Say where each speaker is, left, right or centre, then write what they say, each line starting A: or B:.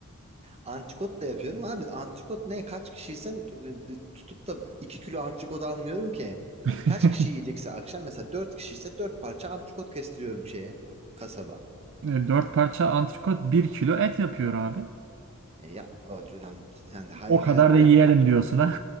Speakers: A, on the right (about 30°); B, on the right (about 60°).
A: Antrikot da yapıyorum abi. Antrikot ne? Kaç kişiysen e, bir tutup da 2 kilo antrikot almıyorum ki.
B: <laughs>
A: Kaç kişi yiyecekse akşam mesela 4 kişiyse 4 parça antrikot kestiriyorum şeye kasaba.
B: E, Dört parça antrikot bir kilo et yapıyor abi.
A: E, ya o, yani sen de hay-
B: O
A: hayatta
B: kadar da yiyelim
A: yapmak zorundasın.
B: diyorsun ha.